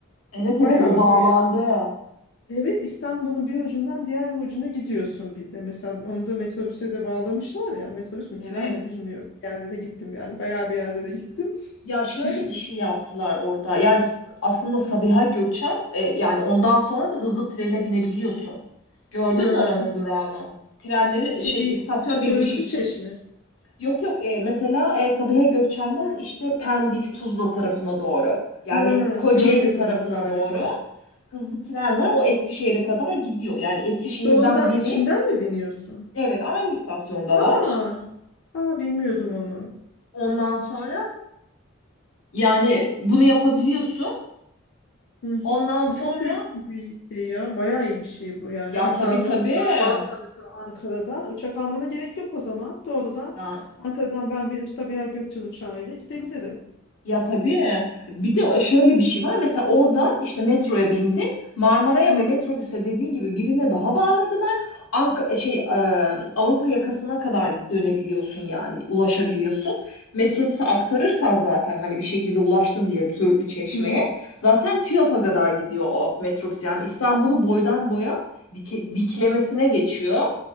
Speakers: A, on the left (about 85°); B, on the left (about 55°).
A: evet evet
B: Baya
A: o bağlandı.
B: baya. Evet İstanbul'un bir ucundan diğer bir ucuna gidiyorsun bir de. Mesela onu da metrobüse de bağlamışlar ya. Metrobüs mü
A: Evet.
B: tren mi bilmiyorum. Bir yerde de gittim yani. Baya bir yerde de gittim. <laughs>
A: Ya şöyle
B: Şimdi
A: bir şey yaptılar orada. Yani s- aslında Sabiha Gökçen e, yani ondan sonra da hızlı trene binebiliyorsun. Gördün
B: ha.
A: mü oranın durağını? Trenleri
B: Şey
A: e, şey istasyon
B: Söğütlü
A: birleşik.
B: Çeşme.
A: Yok yok e, mesela e, Sabiha Gökçen'den işte Pendik Tuzla tarafına doğru. Yani
B: Ha,
A: Kocaeli
B: görmedim
A: tarafına
B: onu galiba.
A: doğru hızlı tren var. O Eskişehir'e kadar gidiyor. Yani Eskişehir'den
B: Doğrudan
A: binip
B: içinden mi biniyorsun?
A: evet aynı istasyondalar.
B: Aa, aa bilmiyordum onu.
A: Ondan sonra yani bunu yapabiliyorsun.
B: Hı hı.
A: Ondan sonra
B: Bu çok büyük bir şey ya. Bayağı iyi bir şey bu. Yani
A: Ya
B: aktarma
A: tabii tabii.
B: uçağın varsa mesela Ankara'dan uçak almana gerek yok o zaman. Doğrudan
A: Ya,
B: Ankara'dan ben binip Sabiha Gökçen uçağıyla gidebilirim.
A: ya tabii. Bir de şöyle bir şey var. Mesela oradan işte metroya bindin. Marmara'ya
B: Hı
A: ve
B: hı.
A: metrobüse dediğin gibi birine daha bağladılar. Ank şey e, Avrupa yakasına kadar dönebiliyorsun yani ulaşabiliyorsun. Metrobüse aktarırsan zaten hani bir şekilde ulaştın diyelim Söğütlü Çeşme'ye.
B: Hı hı.
A: Zaten TÜYAP'a kadar gidiyor o metrobüs. Yani İstanbul'u boydan boya dike- diklemesine geçiyor.